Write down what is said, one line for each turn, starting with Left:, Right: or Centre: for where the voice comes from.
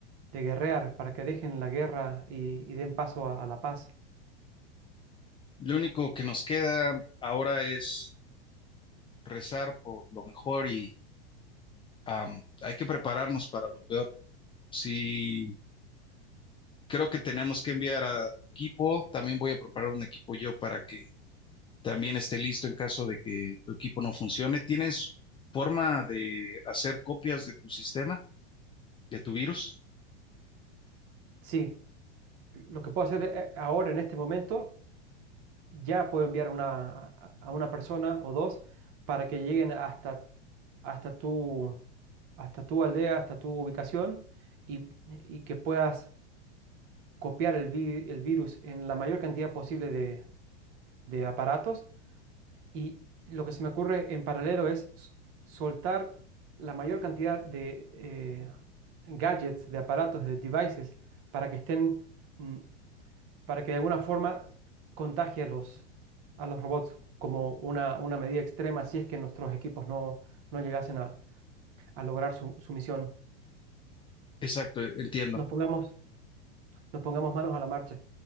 Right: de guerrear, para que dejen la guerra y, y den paso a, a la paz.
Left: Lo único que nos queda ahora es rezar por lo mejor y am, hay que prepararnos para lo peor. Si creo que tenemos que enviar a tu equipo. También voy a preparar un equipo yo para que también esté listo en caso de que tu equipo no funcione. ¿Tienes forma de hacer copias de tu sistema, de tu virus?
Right: Sí, lo que puedo hacer eh, ahora en este momento, ya puedo enviar una, a a una persona o dos para que lleguen hasta, hasta tu, hasta tu aldea, hasta tu ubicación y, y que puedas copiar el, vi- el virus en la mayor cantidad posible de de aparatos Y lo que se me ocurre en paralelo es s- soltar la mayor cantidad de eh, gadgets, de aparatos, de devices, para que estén, mm, para que de alguna forma contagie a los, a los robots como una, una medida extrema si es que nuestros equipos no, no llegasen a, a lograr su, su misión.
Left: Exacto, entiendo.
Right: Nos pongamos nos pongamos manos a la marcha.